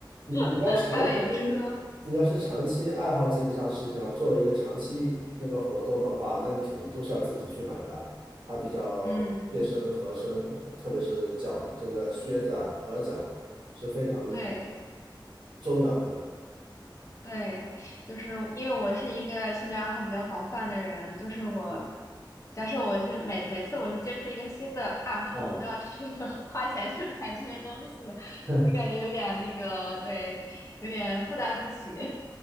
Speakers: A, on the right; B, on the left.
A: 你你要长期，
B: <laughs> 还要有车，
A: 你要是长期爱好这一项事情啊，作为一个长期那个活动的话，那你肯定都是要自己去买的，它比较贴身合身，
B: 嗯，
A: 特别是脚这个靴子啊合脚是非常
B: 对。
A: 重要的。
B: 对，就是因为我是一个兴趣爱好比较广泛的人，就是我，
A: 嗯
B: 假设我是每每次我去接触一个新的爱好，
A: 啊，
B: 我都要去 <laughs> 花钱去买这些东西，
A: <laughs>
B: 我感觉有点那个，对，有点负担不起。